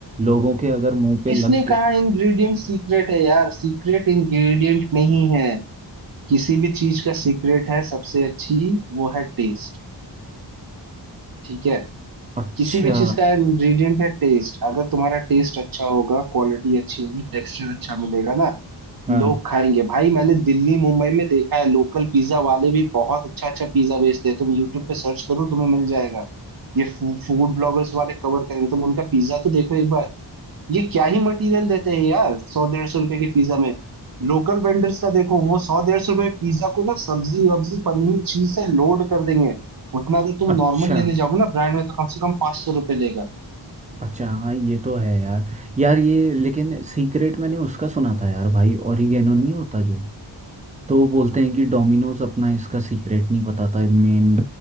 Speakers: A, on the right; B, on the right.
A: लोगों के अगर मुंह पे
B: किसने
A: लग
B: कहा
A: ग-
B: इंग्रेडिएंट सीक्रेट है यार सीक्रेट इंग्रेडिएंट नहीं है किसी भी चीज का सीक्रेट है सबसे अच्छी वो है टेस्ट ठीक है
A: अच्छा
B: किसी भी चीज का इंग्रेडिएंट है टेस्ट अगर तुम्हारा टेस्ट अच्छा होगा क्वालिटी अच्छी होगी टेक्सचर अच्छा मिलेगा ना
A: हाँ
B: लोग खाएंगे भाई मैंने दिल्ली मुंबई में देखा है लोकल पिज्जा वाले भी बहुत अच्छा अच्छा पिज्जा बेचते हैं तुम यूट्यूब पे सर्च करो तुम्हें मिल जाएगा ये फूड ब्लॉगर्स वाले कवर करेंगे तुम उनका पिज्जा तो देखो एक बार ये क्या ही मटेरियल देते हैं यार सौ डेढ़ सौ रुपए के पिज्जा में लोकल वेंडर्स का देखो वो सौ डेढ़ सौ रुपए पिज्जा को ना सब्जी वब्जी पनीर चीज से लोड कर देंगे उतना अगर तुम
A: अच्छा
B: नॉर्मल लेने जाओगे ना ब्रांड में तो कम से कम पांच सौ रुपए लेगा
A: अच्छा हाँ ये तो है यार यार ये लेकिन सीक्रेट मैंने उसका सुना था यार भाई ओरिगेनो नहीं होता जो तो वो बोलते हैं कि डोमिनोज अपना इसका सीक्रेट नहीं बताता मेन